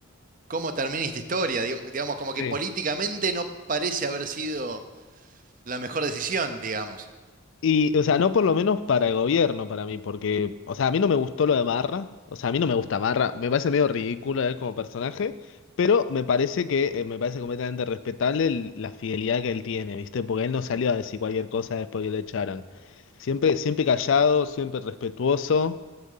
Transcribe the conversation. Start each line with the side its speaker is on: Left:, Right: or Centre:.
Right: cómo termina esta historia. Digamos, digamos, como que
Left: Sí.
Right: políticamente no parece haber sido la mejor decisión, digamos.
Left: Y, o sea, no por lo menos para el gobierno, para mí, porque, o sea, a mí no me gustó lo de Marra, o sea, a mí no me gusta Marra, me parece medio ridículo él como personaje, pero me parece que, eh, me parece completamente respetable el- la fidelidad que él tiene, ¿viste? Porque él no salió a decir cualquier cosa después que lo echaron. Siempre, siempre callado, siempre respetuoso.